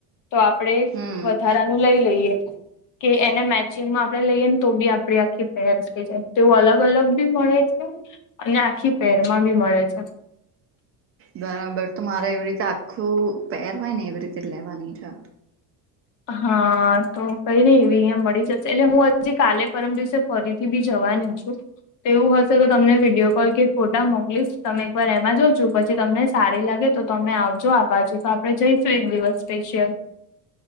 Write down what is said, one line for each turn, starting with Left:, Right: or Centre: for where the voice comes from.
Left: તો આપડે
Right: હમ
Left: વધારાનું લઈ લઈએ કે એને મેચિંગમાં આપણે લઈએને તો બી આપે આખી ફસ ક જાય તોવું અલગ અલગ બી મળે છે અને આખી પેરમાં બી મળે છે
Right: બરાબર તો મારે એવી રીતે આખું પહેરવાય ને એવી રીતે લેવાની છે
Left: હા તો કઈ નઈ એવી અહિયાં મળી જશે એટલે હું હજી કાલે પરમ દિવસે ફરીથી બી જવાનું છું તો એવું હશે તો તમને વિડીિયો કોલ કે ફોટા મોકલીશ તમે એકવાર એમાં જો છો પછી તમને સારી લાગે તો અમે આવજો આ બાજુ તો આપડે જઈશું એક દિવસ સ્પેશિયલ